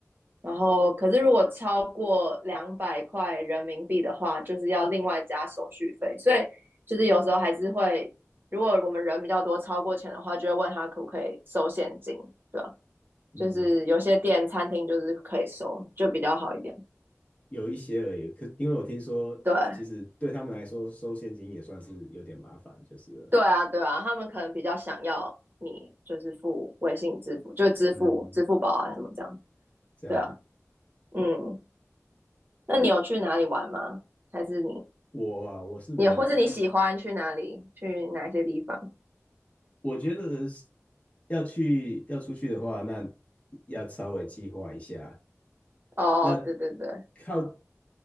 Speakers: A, on the right; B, on the left.
A: 然后，可是如果超过两百块人民币的话，就是要另外加手续费，所以就是有时候还是会，如果我们人比较多，超过钱的话，就会问他可不可以收现金，对啊，
B: 嗯。
A: 就是有些店餐厅就是可以收，就比较好一点，
B: 有一些而已。可因为我听说，
A: 对。
B: 其实对他们来说收现金也算是有点麻烦，就是了
A: 对啊，对啊，他们可能比较想要你就是付微信支付，就支付支付宝啊什么这样。
B: 嗯，这样。
A: 对啊，嗯，那你有去哪里玩吗？还是你
B: 我啊，我是没有啦。
A: 你或是你喜欢去哪里？去哪些地方？
B: 我觉得是要去要出去的话，那要稍微计划一下。
A: 哦，
B: 那
A: 对对对，
B: 靠，